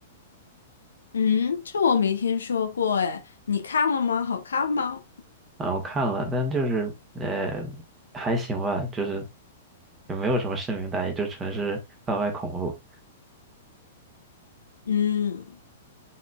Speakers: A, on the left; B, on the right.
A: 嗯，这我没听说过哎，你看了吗？好看吗？
B: 啊，我看了，但就是呃还行吧，就是也没有什么深明大义，就纯是贩卖恐怖。
A: 嗯，